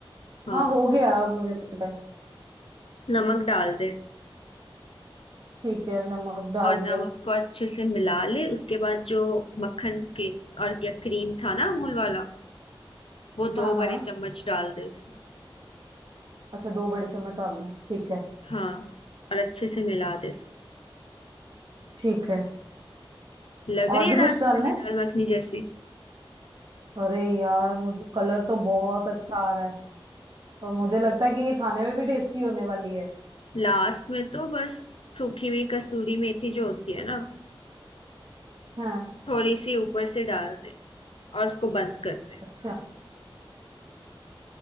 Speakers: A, on the left; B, on the right.
A: हाँ
B: हाँ हो गया अब मुझे लग रहा है
A: नमक डाल दे
B: ठीक है नमक डाल
A: और
B: दिया
A: नमक को अच्छे से मिला ले उसके बाद जो मक्खन के और या क्रीम था ना अमूल वाला वो
B: हाँ
A: दो
B: हाँ
A: बड़े चम्मच डाल दे उसमें
B: अच्छा दो बड़े चम्मच डाल दूं ठीक है
A: हाँ और अच्छे से मिला दे उसको
B: ठीक है
A: लग रही
B: और
A: है
B: भी कुछ
A: दाल
B: डालना
A: मखनी
B: है
A: दाल मखनी जैसी
B: अरे यार मुझे कलर तो बहुत अच्छा आ रहा है और मुझे लगता है कि ये खाने में भी टेस्टी होने वाली है
A: लास्ट में तो बस सूखी हुई कसूरी मेथी जो होती है ना
B: हाँ
A: थोड़ी सी ऊपर से डाल दे और उसको बंद कर दे
B: अच्छा